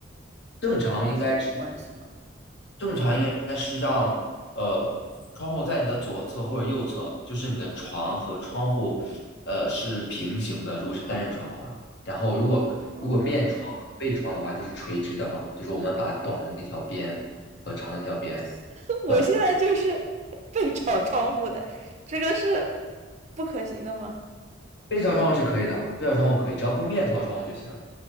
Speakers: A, on the left; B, on the right.
A: 正常应该是
B: 这个跟风水有关系吗？
A: 正常应该是让呃窗户在你的左侧或者右侧，就是你的床和窗户呃是平行的，如果是单人床的话。然后如果如果面窗或者背窗的话，
B: 哦，
A: 就是垂直的嘛，就是我们把短的那条边和长的那条边，
B: <laughs> 我现在就是背朝
A: 短的
B: <laughs> 窗户的，这个是不可行的吗？
A: 背朝窗户是可以的，背朝窗户可以，只要不面朝窗户就行。